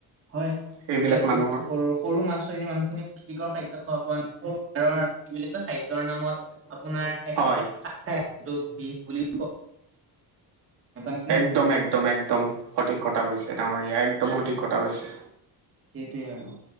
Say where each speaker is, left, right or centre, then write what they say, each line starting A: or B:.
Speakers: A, on the right; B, on the right.
A: হয়,
B: সেইবিলাক
A: এতিয়া পু-সৰু,
B: মানুহৰ
A: সৰু মাছ <unintelligible> মানুহখিনি পুষ্টিকৰ খা <inaudible> খাদ্যৰ নামত আপোনাৰ এক
B: হয়
A: প্ৰকাৰ চাক খাই যিটো বিষ বুলি নিচিনা
B: একদম
A: কথা
B: একদম একদম সঠিক কথা কৈছা। এই ডাঙৰীয়া একদম সঠিক কথা কৈছে।
A: সেইটোৱে আৰু।